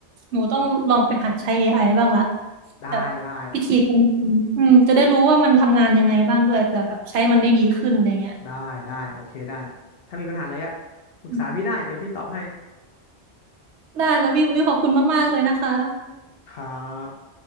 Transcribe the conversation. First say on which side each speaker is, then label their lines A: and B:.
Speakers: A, on the right; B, on the left.
A: หนูต้องลองไปหัดใช้ AI บ้างละ
B: ได้ได้
A: แบบ อืมอืมจะได้รู้ว่ามันทำงานยังไงบ้างด้วยเผื่อแบบใช้มันได้ดีขึ้นอะไรเงี้ย
B: ได้ได้โอเคได้ถ้ามีปัญหาอะไรก็ปรึกษาพี่ได้เดี๋ยวพี่ตอบให้
A: อืมได้แล้วพี่อุ้ยขอบคุณมากๆเลยนะคะ
B: ครับ